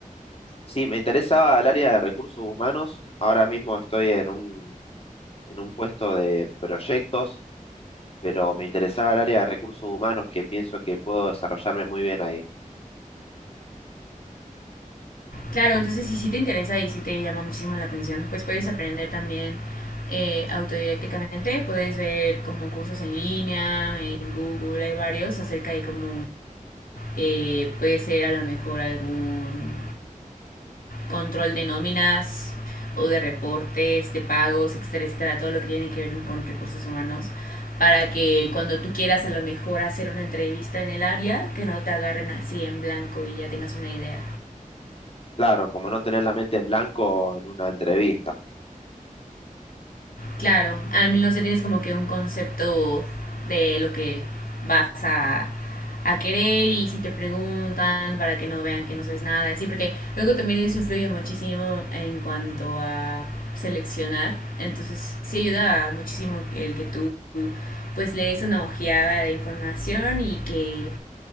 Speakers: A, on the left; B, on the left.
A: Sí, me interesaba el área de recursos humanos. Ahora mismo estoy en un, en un puesto de proyectos, pero me interesaba el área de recursos humanos que pienso que puedo desarrollarme muy bien ahí.
B: Claro, entonces si sí te interesa y sí te llama muchísimo la atención, pues puedes aprender también eh, autodidácticamente, puedes ver como cursos en línea, en Google hay varios acerca de cómo eh, puede ser a lo mejor algún control de nóminas o de reportes, de pagos, etcétera, etcétera, todo lo que tiene que ver con recursos humanos, para que cuando tú quieras a lo mejor hacer una entrevista en el área, que no te agarren así en blanco y ya tengas una idea.
A: Claro, como no tener la mente en blanco en una entrevista.
B: Claro, al menos ya tienes como que un concepto de lo que vas a, a querer y si te preguntan para que no vean que no sabes nada, así, porque luego también eso influye muchísimo en cuanto a seleccionar, entonces sí ayuda muchísimo el que tú pues le des una ojeada a la información y que